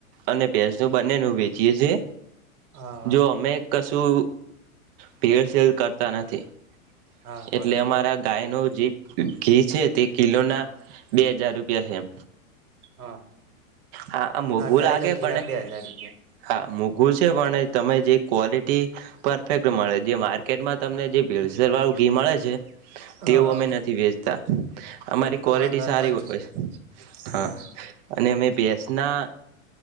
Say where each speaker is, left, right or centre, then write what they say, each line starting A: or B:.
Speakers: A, on the right; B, on the right.
A: અને ભેસનું બંને ન વેચીએ છીએ
B: હા હા
A: જો અમે કશું ભેડ શેડ કરતા નથી
B: હા બરોબર
A: એટલે અમારા ગાય ન જે ઘી છે તે કિલો ના બે હજાર રૂપિયા છેમ
B: હા
A: હા આ મોઘું
B: ગાય
A: લાગે
B: નું ઘી
A: પણ
B: ના બે હજાર રૂપિયા
A: હા મોઘું છે પણ તમે જે ક્વોલિટી પરફેક્ટ મળે જે માર્કેટમાં તમને જે ભેદ શેડ વાળું ઘી મળે છે
B: હા
A: તેઓ
B: હા
A: અમે નથી વેચતા અમારી
B: તમારી
A: ક્વોલિટી
B: વાત
A: સારી
B: સાચી
A: હોય
B: હમ
A: હા અને અમે પીએસ ના